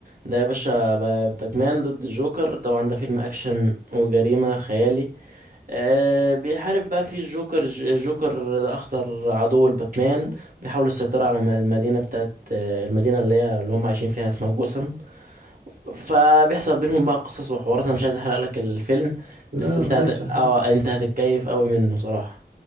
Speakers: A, on the right; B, on the right.
A: ده يا باشا ب- باتمان ضد الجوكر طبعا ده فيلم اكشن وجريمة خيالي أه بيحارب بقى فيه الجوكر الج- الجوكر ده اخطر عدو لباتمان بيحاول السيطرة على م- المدينة بتاعت آه، المدينة اللي هي اللي هم عايشين فيها اسمها جوثام فبيحصل بينهم بقى قصص وحوارات انا مش عايز احرق لك الفيلم
B: لا
A: بس انت
B: بلاش
A: هت... اه
B: شهرة
A: انت هتتكيف قوي منه صراحة